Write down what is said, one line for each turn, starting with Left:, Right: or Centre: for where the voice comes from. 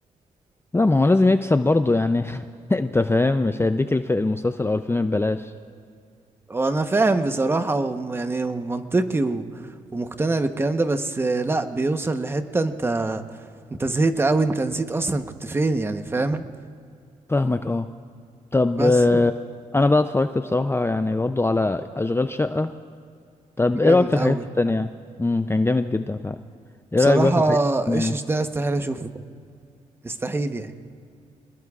Left: لا ما هو لازم يكسب برضه يعني <laughs> انت فاهم مش هيديك الف... المسلسل او الفيلم ببلاش
Right: وانا فاهم بصراحه ويعني منطقي و... ومقتنع بالكلام ده بس لا بيوصل لحته انت انت زهقت قوي انت نسيت اصلا كنت فين يعني فاهم
Left: فاهمك اه طب
Right: بس
Left: آه، انا بقى اتفرجت بصراحة يعني برضه على اشغال شقة طب ايه
Right: جامد
Left: رأيك في الحاجات
Right: قوي
Left: التانية امم كان جامد جدا فعلا ايه
Right: بصراحة
Left: رأيك بقى في الحاجات التانية
Right: ايش ايش ده استحيل اشوفه استحيل يعني